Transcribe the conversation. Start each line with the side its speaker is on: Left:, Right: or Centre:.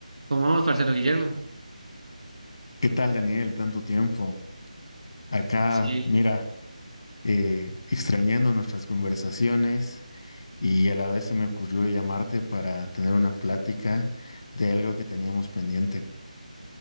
Right: ¿Cómo vamos, parcero Guillermo?
Left: ¿Qué tal, Daniel? Tanto tiempo. Acá,
Right: Sí,
Left: mira, eh, extrañando nuestras conversaciones y a la vez se me ocurrió llamarte para tener una plática de algo que teníamos pendiente.